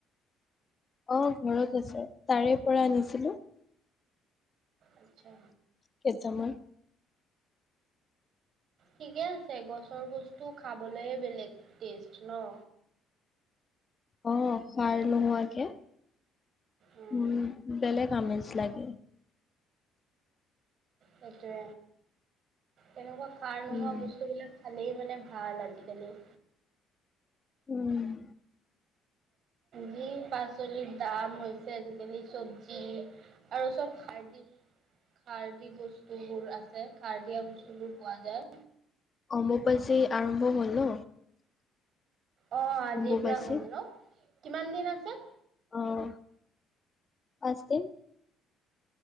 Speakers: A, on the left; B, on the right.
A: অ ঘৰত আছে তাৰে পৰা আনিছিলো
B: আচ্ছা
A: কেইতামান
B: ঠিকে আছে গছৰ বস্তু খাবলে বেলেগ টেষ্ট ন
A: অ খাৰ নোহোৱাকে
B: উম
A: উ বেলেগ আমেজ লাগে
B: তাকে তেনেকুৱা খাৰ নোহোৱা
A: উম,
B: বস্তুবিলাক খালেই মানে ভাল আজিকালি
A: উম।
B: যি পাচলিৰ দাম হৈছে, আজিকালি চব্জি আৰু চব সাৰৰ্দি সাৰৰ্দি বস্তুবোৰ আ ছে সাৰ দিয়া বস্তু বোৰ পোৱা যায়।
A: অম্বুপাচী আৰম্ভ হ'ল ন।
B: অঁ আজিৰ
A: অম্বুবাচী।
B: পৰা হ'ল ন, কিমান দিন আছে?
A: অঁ, পাঁচ দিন।